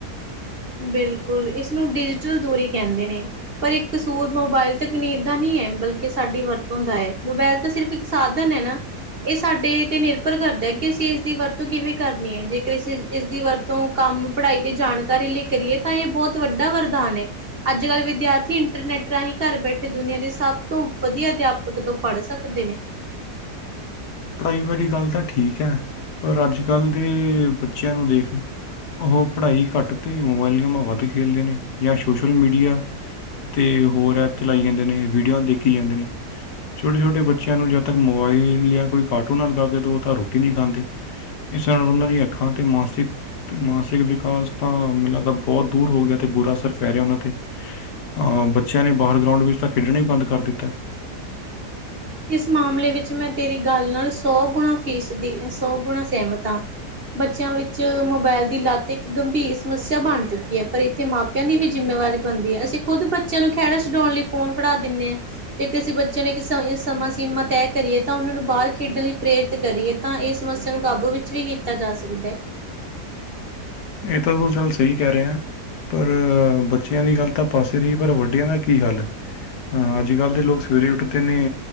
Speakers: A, on the right; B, on the left.
A: ਬਿਲਕੁਲ। ਇਸਨੂੰ ਡਿਜੀਟਲ ਦੂਰੀ ਕਹਿੰਦੇ ਨੇ। ਪਰ ਇੱਕ ਕਸੂਰ ਮੋਬਾਇਲ ਤਕਨੀਰ ਦਾ ਨਹੀਂ ਹੈ। ਬਲਕਿ ਸਾਡੀ ਵਰਤੋਂ ਦਾ ਹੈ। ਮੋਬਾਇਲ ਤਾਂ ਸਿਰਫ ਸਾਧਨ ਹੈ ਨਾ ਇਹ ਸਾਡੇ 'ਤੇ ਨਿਰਭਰ ਕਰਦਾ ਕਿ ਅਸੀਂ ਇਸ ਦੀ ਵਰਤੋਂ ਕਿਵੇਂ ਕਰਨੀ ਹੈ। ਜੇਕਰ ਅਸੀਂ ਇਸ ਦੀ ਵਰਤੋਂ ਕੰਮ ਪੜ੍ਹਾਈ ਤੇ ਜਾਣਕਾਰੀ ਲਈ ਕਰੀਏ ਤਾਂ ਇਹ ਬਹੁਤ ਵੱਡਾ ਵਰਦਾਨ ਹੈ਼। ਅੱਜ ਕੱਲ੍ਹ ਵਿਦਿਆਰਥੀ ਇੰਟਰਨੈਟ ਰਾਹੀਂ ਘਰ ਬੈਠੇ, ਦੁਨੀਆਂ ਦੇ ਸਭ ਤੋਂ ਵਧੀਆ ਅਧਿਆਪਕ ਤੋਂ ਪੜ੍ਹ ਸਕ ਦੇ ਨੇ।
B: ਪੜ੍ਹਾਈ ਵਾਲੀ ਗੱਲ ਤਾਂ ਠੀਕ ਹੈ। ਪਰ ਅੱਜ ਕੱਲ੍ਹ ਦੇ ਬੱਚਿਆਂ ਨੂੰ ਦੇਖ ਉਹ ਪੜ੍ਹਾਈ ਘੱਟ ਅਤੇ ਮੋਬਾਇਲ ਗੇਮਾਂ ਵੱਧ ਖੇਡਦੇ ਨੇ। ਜਾਂ ਸੋਸ਼ਲ ਮੀਡੀਆ ਅਤੇ ਹੋਰ ਐਪ ਚਲਾਈ ਜਾਂਦੇ ਨੇ, ਵੀਡੀਓ ਦੇਖੀ ਜਾਂਦੇ ਨੇ। ਛੋਟੇ -ਛੋਟੇ ਬੱਚਿਆਂ ਨੂੰ ਜੱਦ ਤੱਕ ਮੋਬਾਈਲ ਜਾਂ ਕੋਈ ਕਾਰਟੂਨ ਨਾ ਲੱਗਾ ਕੇ ਦੋਉ ਤਾਂ ਰੋਟੀ ਨਹੀਂ ਖਾਂਦੇ। ਇਸ ਨਾਲ ਉਹਨਾਂ ਦੀਆਂ ਅੱਖਾਂ ਤੇ ਮਾਨਸਿਕ ਮਾਨਸਿਕ ਵਿਕਾਸ ਤਾਂ ਮੈਨੂੰ ਲੱਗਦਾ ਬਹੁਤ ਦੂਰ ਹੋ ਗਿਆ ਤੇ ਬੁਰਾ ਅਸਰ ਪੈ ਰਿਹਾ ਉਹਨਾਂ ਤੇ। ਹਾਂ ਬੱਚਿਆਂ ਨੇ ਬਾਹਰ ਗਰਾਊਂਡ ਵਿੱਚ ਤਾਂ ਖੇਡਣਾ ਹੀ ਬੰਦ ਕਰ ਦਿੱਤਾ।
A: ਇਸ ਮਾਮਲੇ ਵਿੱਚ ਮੈਂ ਤੇਰੀ ਗੱਲ ਨਾਲ ਸੌ ਗੁਣਾ ਫੀਸ ਦੀ, ਸੌ ਗੁਣਾ ਸਹਿਮਤ ਆ। ਬੱਚਿਆਂ ਵਿੱਚ ਮੋਬਾਇਲ ਦੀ ਲੱਤ ਇੱਕ ਗੰਭੀਰ ਸਮੱਸਿਆਂ ਬਣ ਚੁੱਕੀ ਹੈ ਪਰ ਇੱਕ ਤੇ ਮਾਪਿਆਂ ਦੀ ਵੀ ਜਿੰਮੇਵਾਰੀ ਬਣਦੀ ਹੈ ਅਸੀਂ ਖੁਦ ਬੱਚਿਆਂ ਨੂੰ ਖਹਿੜ ਛਡਾਉਣ ਲਈ ਫੋਨ ਫੜਾ ਦਿੰਨੇ ਹਾਂ। ਜੇ ਕਿਸੀ ਬੱਚੇ ਨੇ ਕਿਸ ਸਮਾਂ ਸੀਮਾ ਤੈਅ ਕਰੀਏ ਤਾਂ ਉਹਨਾਂ ਨੂੰ ਬਾਹਰ ਖੇਡਣ ਲਈ ਪ੍ਰੇਰਿਤ ਕਰੀਏ ਤਾਂ ਇਹ ਸਮੱਸਿਆਂ ਨੂੰ ਕਾਬੂ ਵਿੱਚ ਵੀ ਕੀਤਾ ਜਾ ਸਕਦਾ ਹੈ।
B: ਇਹ ਤਾਂ ਤੂੰ ਚੱਲ ਸਹੀ ਕਹਿ ਰਿਹਾ ਆ। ਪਰ ਬੱਚਿਆਂ ਦੀ ਗੱਲ ਤਾਂ ਪਾਸੇ ਰਹੀ ਪਰ ਵੱਡਿਆਂ ਦਾ ਕੀ ਹਾਲ ਅੱਜ ਕੱਲ ਦੇ ਲੋਕ ਸਵੇਰੇ ਉੱਠਦੇ ਨੇ